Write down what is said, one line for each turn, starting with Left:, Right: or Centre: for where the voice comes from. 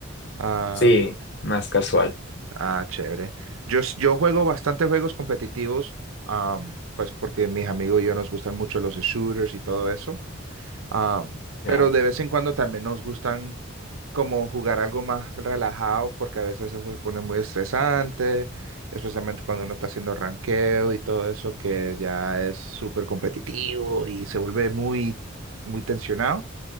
Right: Ah.
Left: Sí, más casual,
Right: Ah, chévere. Yo, s- yo juego bastantes juegos competitivos, am, pues porque mis amigos y yo nos gustan mucho los shooters y todo eso, am,
Left: ya.
Right: pero de vez en cuando también nos gustan como jugar algo más relajado, porque a veces eso se pone muy estresante, especialmente cuando uno está haciendo ranqueo y todo eso, que ya es súper competitivo y se vuelve muy, muy tensionado